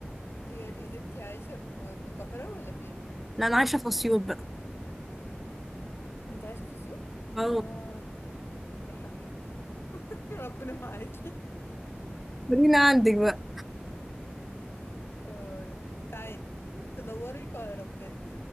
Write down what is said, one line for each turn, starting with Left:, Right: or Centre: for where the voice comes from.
Left: يعني انتي عايشة في في القاهرة ولا فين؟
Centre: لا انا عايشة في اسيوط بقى
Left: انتي عايشة في اسيوط؟
Centre: اه
Left: اه يا حبيبتي <laughs> ربنا معاكي
Centre: خلينا عندك بقى
Left: اه يعني تعالي تنوري القاهرة بجد